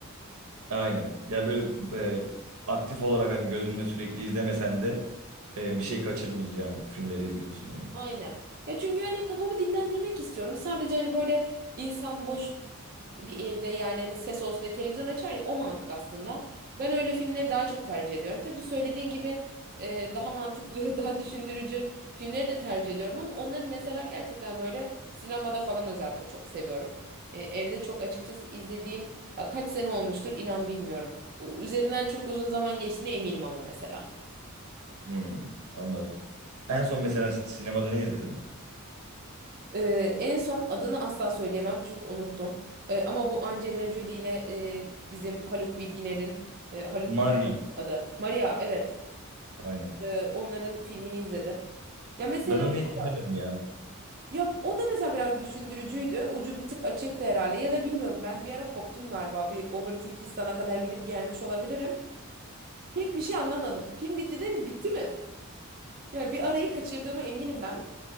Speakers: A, on the right; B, on the right.
A: Aynen. Yani böyle e, aktif olarak hani gözünle sürekli izlemesen de e, bir şey kaçırmayacağın filmleri izliyorsun yani.
B: Aynen. Ya çünkü hani kafamı dinlendirmek istiyorum. Sadece hani böyle insan boş bir evde yani hani ses olsun diye televizyon açar ya o mantık aslında. Ben öyle filmleri daha çok tercih ediyorum. Tabii söylediğin gibi e, daha mantıklı, <laughs> daha düşündürücü filmleri de tercih ediyorum ama onların mesela gerçekten böyle sinemada falan özellikle çok seviyorum. E, evde çok açıkçası izlediğim ya kaç sene olmuştur inan bilmiyorum. Üzerinden çok uzun zaman geçtiğine eminim ama mesela.
A: Hmm, anladım. En son mesela si- sinemada ne izledin?
B: Ee, en son adını asla söyleyemem çünkü unuttum. Ee, ama bu Angelina Jolie ile e, bizim Haluk Bilginer'in e, Haluk
A: Maria.
B: Bilginer adı. Maria evet.
A: Aynen.
B: Ee, onların filmini izledim. Ya mesela
A: Ben onu hiç
B: o da,
A: izlemedim ya.
B: ya o da mesela biraz düşündürücüydü. Ucu bir tık açıktı herhalde ya da bilmiyorum ben bir ara koptum galiba. Bir overthinkistan'a kadar gidip gelmiş olabilirim. Pek bir şey anlamadım. Film bitti dedim ki bitti mi? Ya bir arayı kaçırdığımı eminim ben.